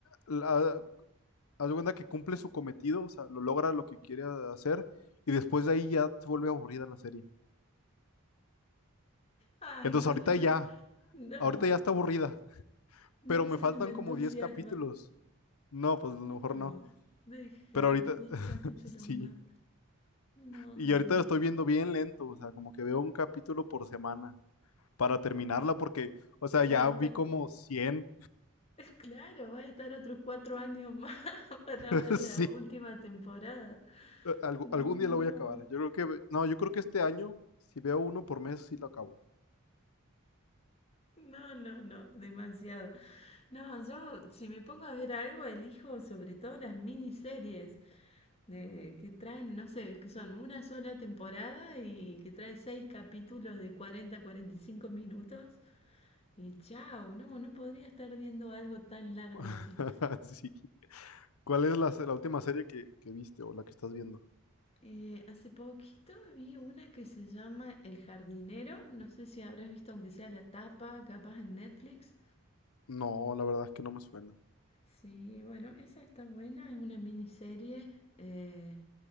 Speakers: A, on the left; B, on the left.
A: la, haz de cuenta que cumple su cometido, o sea, lo logra lo que quiere hacer, y después de ahí ya se vuelve aburrida la serie.
B: Ay,
A: Entonces
B: no,
A: ahorita
B: no, no.
A: ya,
B: No,
A: ahorita ya está aburrida,
B: no
A: pero me
B: sé
A: faltan
B: si me entusiasma.
A: como 10 capítulos. No, pues a lo mejor
B: No,
A: no.
B: deja
A: Pero ahorita,
B: 10
A: <laughs>
B: capítulos
A: sí.
B: más. No,
A: Y
B: no,
A: ahorita
B: no.
A: lo estoy viendo bien lento, o sea, como que veo un capítulo por semana. para terminarla porque, o sea, ya
B: Va a
A: vi
B: estar.
A: como cien
B: <laughs> Claro, va a estar otros cuatro años más <laughs> para
A: <laughs>
B: ver la
A: Sí,
B: última temporada.
A: algu-
B: No,
A: algún día la voy a acabar. Yo creo que, no, yo creo que este año, si veo uno por mes, sí lo acabo.
B: no, no, no, demasiado. No, yo si me pongo a ver algo, elijo sobre todo las miniseries eh, que traen, no sé, que son una sola temporada y que trae seis capítulos de 40 a 45 minutos. Y chao, no, no podría estar viendo algo tan largo
A: <laughs>
B: así.
A: Sí. ¿Cuál es la, se- la última serie que, que viste o la que estás viendo?
B: Eh, hace poquito vi una que se llama El jardinero, no sé si habrás visto aunque sea la tapa, capaz en Netflix.
A: No, la verdad es que no me suena.
B: Sí, bueno, esa está buena, es una miniserie eh,